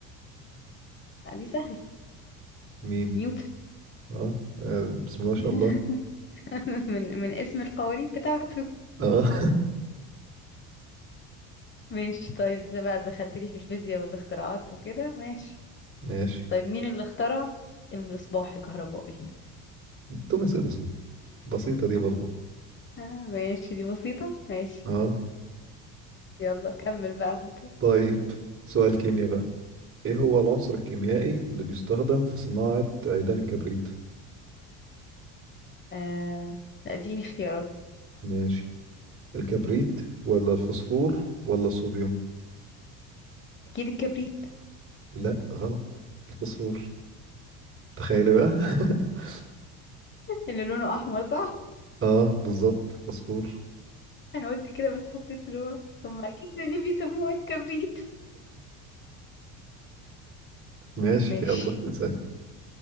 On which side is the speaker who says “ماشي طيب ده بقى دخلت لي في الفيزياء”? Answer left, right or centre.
Left